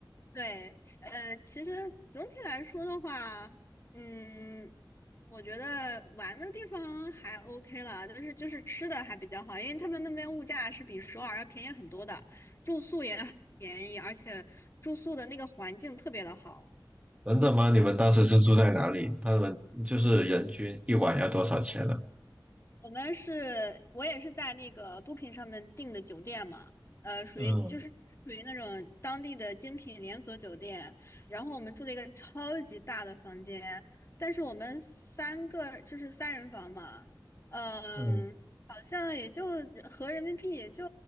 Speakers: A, on the left (about 35°); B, on the right (about 15°).
A: 对，呃，其实总体来说的话，嗯，我觉得玩的地方还 OK 了，但是就是吃的还比较好，因为他们那边物价是比首尔要便宜很多的，住宿也很便宜，而且住宿的那个环境特别的好。
B: 真的吗？你们当时是住在哪里？他们就是人均一晚要多少钱呢？
A: 我们是，我也是在那个 Booking 上面订的酒店嘛，呃，属于就是属于那种当地的精品连锁酒店，
B: 嗯
A: 然后我们住了一个超级大的房间，但是我们三个就是三人房嘛，嗯、
B: 嗯，
A: 好像也就合人民币也就